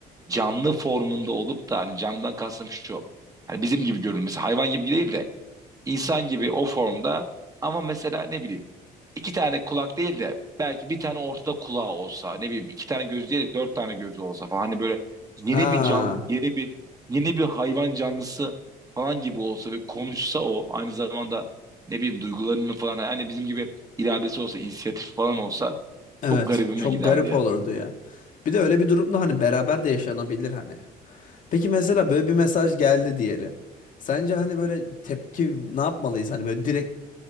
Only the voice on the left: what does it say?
Ha,
evet.
Çok
garip
olurdu ya. Bir de öyle bir durumda hani beraber de yaşanabilir hani. Peki mesela böyle bir mesaj geldi diyelim. Sence hani böyle tepki ne yapmalıyız? Hani böyle direkt